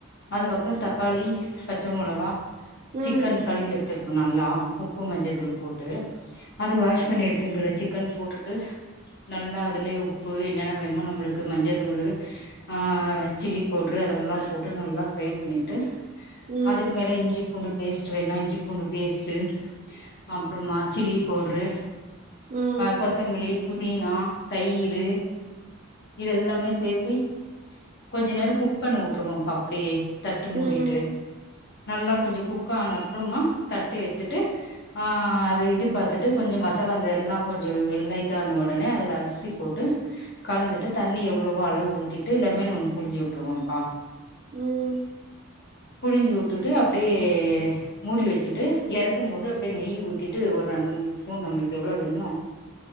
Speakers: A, on the left; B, on the right.
A: அதுக்கப்புறம் தக்காளி பச்ச மிளகா.
B: ம்
A: சிக்கன் கழுவி எடுத்து. நல்லா உப்பு மஞ்சள் தூள் போட்டு அது வாஷ் பண்ணி எடுத்துங்கிற சிக்கன் போட்டுட்டு நல்லா. அதுலயே உப்பு என்னென்ன வேணுமோ நம்மளுக்கு மஞ்சள் தூள் ஆ சில்லி பவுட்ரு அதெல்லா போட்டு நல்லா ஃப்ரை பண்ணிட்டு.
B: ம்
A: அதுக்கு மேல இஞ்சி. பூண்டு பேஸ்ட்ட் வேணு இஞ்சி பூண்டு பேஸ்ட்டு அப்புறமா சில்லி பவுட்ரு.
B: ம்
A: அ கொத்தமல்லி புதினா. தயிரூ இதெல்லாமே சேர்த். கொஞ்ச நேரம் குக் பண்ண விட்டுருவோ அப்படியே. தட்டு மூடிட்டு
B: ம்
A: நல்லா கொஞ்ச குக் குக் ஆனா அப்புறமா தட்ட எடுத்துட்டு அத இது பார்த்துட்டு கொஞ்ச மசாலா இந்த எல்லா கொஞ்ச வேலைட்டா ஆனா உடனே அதில அரி சி போட்டு கலந்துட்டு தண்ணி எவ்வளவோ அளவு ஊத்திட்டு லெமன் ஒண்ணு புழிஞ்சி விட்டுருவோப்பா.
B: ம்
A: புழுஞ்சி விட்டு. அப்படியே மூடி வச்சிட்டு இறக்கு போது அப்படியே நெய் ஊதிட்டு ஒரு ரெண்டு மூணு ஸ்பூன் நம்மளுக்கு இவளளோ வேணுமோ